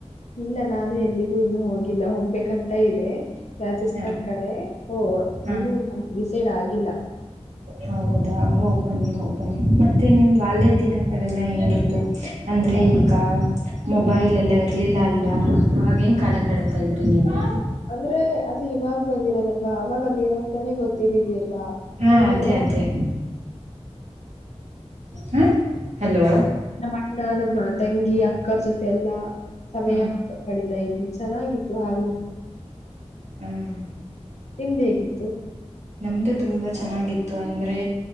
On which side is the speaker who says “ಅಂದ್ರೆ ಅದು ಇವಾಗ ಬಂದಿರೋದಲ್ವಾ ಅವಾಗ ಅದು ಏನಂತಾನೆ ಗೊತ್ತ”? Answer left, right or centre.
Left